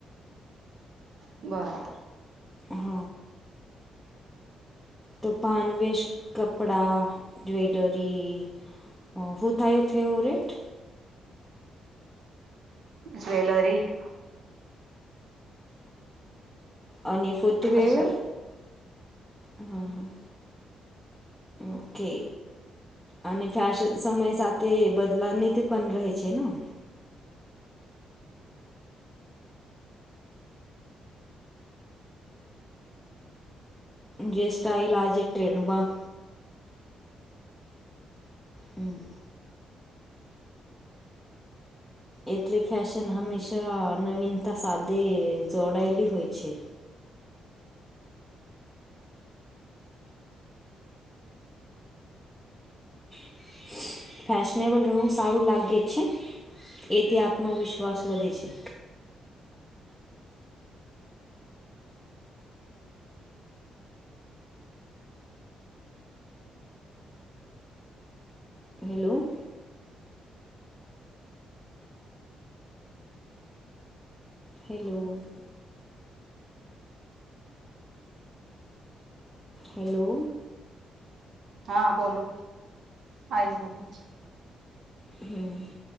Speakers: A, on the right; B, in the centre.
A: બરાબ
B: હહ તો પાન વેસ, કપડાં, જવેલરી અ હું થાયું ફેવરેટ?
A: જ્વેલરી
B: અને ફુથવેર?
A: હર્ષદ
B: અ હહ હહ ઓકે. અને ફેશન સમય સાથે બદલાની તે પન રહે છે ન? જે સ્ટાઈલ આજે ટ્રેન્ડમાં હમ. એટલે ફેશન હંમેશા નવીનતા સાધે જોડાયેલી હોય છે. <inaudible> ફેશનેબલ રહેવું સારું લાગે છે. એથી આત્મવિશ્વાસ વધે છે. હેલો હેલો હેલો
A: હા બોલો આઈ રયો અવાજ.
B: હમ